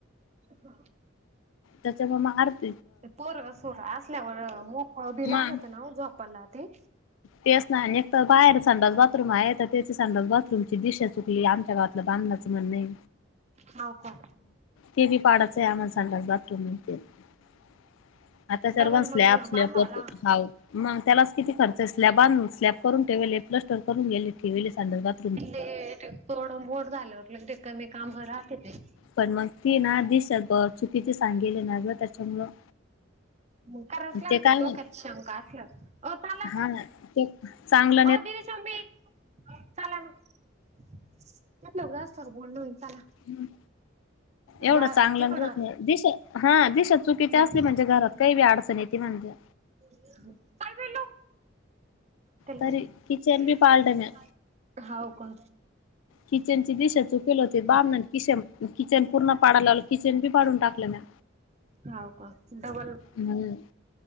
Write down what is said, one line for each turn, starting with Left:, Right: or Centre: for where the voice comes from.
Right: हा
Left: त्याच्यामुळे मग अधे
Right: पोर सोर असल्यावर मोकळ बी
Left: मग
Right: लागतं ना झोपाला ते
Left: तेच नाय एक तर बाहेर संडास बाथरूम आहे तर त्याची संडास बाथरूम ची दिशा चुकली आमच्या गावातलं बामनाचं म्हणंय.
Right: हाव का.
Left: ते बी पाडाचं आहे आमाला संडास बाथरूम <unintelligible> आता सर्वान
Right: डबल
Left: स्लॅप
Right: मग
Left: स्लॅप
Right: बांधावला
Left: हाव. मग त्यालाच किती खर्च स्लॅबाण स्लॅप करून ठेवेले प्लस्टर करून गेले ठेवेले संडास बाथ
Right: ले तोडून बोड झालं ते कमी काम राहते ते.
Left: पण मग ती ना दिसत ब चुकीचे सांगेले ना त्याच्यामुळं.
Right: मंग कराच लागते
Left: ते काय
Right: डोक्यात शंका असल्यावर ओ चाला.
Left: हा ना ते चांगली
Right: ओ दीदीची अम्मी. चला मग म्हटलं व्यस्तर बोलनं होईल चला.
Left: हम्म एवढं
Right: जा
Left: चांगलनं
Right: आत्तीकडं
Left: होत नाही. दिसं हा दिसत चुकीच
Right: हम्म
Left: असली म्हणजे घरात काही बी अडचण येती म्हणजे.
Right: हं. काय पिल्लू. <unintelligible>
Left: तरी किचन बी पाळलं म्या.
Right: हाव का.
Left: किचनची दिशा चुकल होती बाबनं किशम किचन पूर्ण पाडालाल किचन बी पाडून टाकलं म्या.
Right: हाव का डबल
Left: हम्म